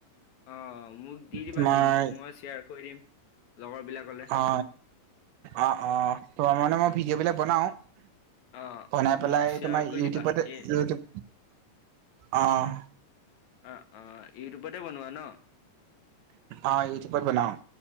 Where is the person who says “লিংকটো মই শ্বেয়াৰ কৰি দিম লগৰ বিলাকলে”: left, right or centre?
Left